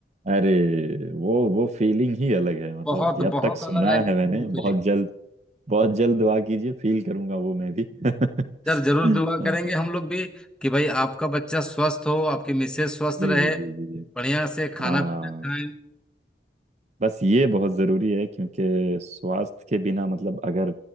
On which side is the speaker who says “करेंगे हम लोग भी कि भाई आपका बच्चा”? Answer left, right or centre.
Centre